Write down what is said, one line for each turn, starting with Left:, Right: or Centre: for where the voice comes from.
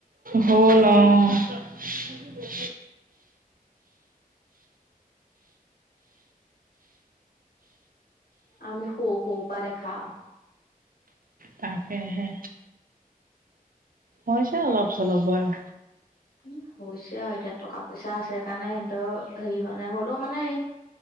Right: হ'ল অ <unintelligible>
Left: আমি সৰু- সৰু পৰা দেখাওঁ।
Right: তাকেহে হৈছে অলপ- চলপ বয়ক
Left: উ হৈছে আৰু এতিয়া টকা- পইচা আছে। সেইকাৰণে সিহতৰ হেৰি হয়োৱা নাই হ'লেও মানে এই